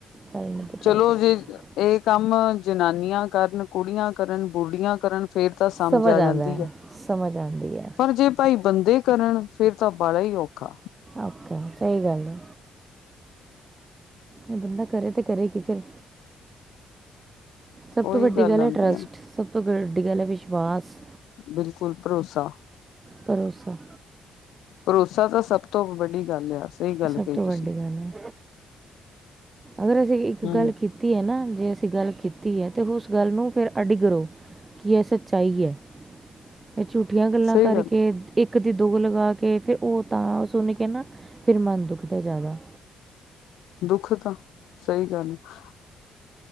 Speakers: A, on the right; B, on the left.
A: ਗੱਲ ਨਹੀਂ ਪਛਾਣ
B: ਚਲੋ
A: ਸਕਦੇ
B: ਜੇ ਏ ਕੰਮ ਜਨਾਨੀਆਂ ਕਰਨ, ਕੁੜੀਆਂ ਕਰਨ, ਬੁਢੀਆਂ ਕਰਨ ਫੇਰ ਤਾਂ
A: ਸਮਝ
B: ਆ
A: ਆਂਦੈ,
B: ਜਾਂਦੀ ਆ
A: ਸਮਝ ਆਂਦੀ ਐ।
B: ਜੇ ਭਾਈ ਬੰਦੇ ਕਰਨ ਫੇਰ ਤਾਂ ਬਾਲਾ ਈ ਔਖਾ
A: ਓਕੇ ਸਈ ਗੱਲ ਏ। ਬੰਦਾ ਕਰੇ ਤੇ ਕਰੇ ਕੀ ਫੇਰ ਸਭ
B: ਉਹੀ
A: ਤੋਂ ਵੱਡੀ ਗੱਲ
B: ਆਉਂਦੀ
A: ਏ ਟਰੱਸਟ,
B: ਆ
A: ਸਭ ਤੋਂ ਵੱਡੀ ਗੱਲ ਏ ਵਿਸ਼ਵਾਸ।
B: ਬਿਲਕੁਲ ਭਰੋਸਾ
A: ਭਰੋਸਾ
B: ਭਰੋਸਾ ਤਾਂ ਸਭ ਤੋਂ ਵੱਡੀ ਗੱਲ ਆ ਸਹੀ ਗੱਲ
A: ਸਭ
B: ਕਹੀ
A: ਤੋਂ ਵੱਡੀ
B: ਤੁਸੀਂ
A: ਗੱਲ ਹੈ, ਅਗਰ ਅਸੀਂ ਇੱਕ
B: ਹਮ
A: ਗੱਲ ਕੀਤੀ ਕੀਤੀ ਹੈ ਨਾ, ਜੇ ਅਸੀਂ ਗੱਲ ਕੀਤੀ ਹੈ ਤੇ ਉਸ ਗੱਲ ਨੂੰ ਫੇਰ ਅੱਡੀ ਕਰੋ ਕੀ ਐ ਸੱਚਾਈ ਹੈ। ਐ ਝੂਠੀਆਂ ਗੱਲਾਂ
B: ਸਹੀ
A: ਕਰਕੇ
B: ਗੱਲ ਆ।
A: ਇੱਕ ਦੀ ਦੋ ਲਗਾ ਕੇ, ਫੇਰ ਉਹ ਤਾਂ ਸੁਣ ਕੇ ਨਾ ਫਿਰ ਮਨ ਦੁੱਖਦਾ ਜ਼ਿਆਦਾ
B: ਦੁੱਖ ਤਾਂ ਸਹੀ ਗੱਲ ਆ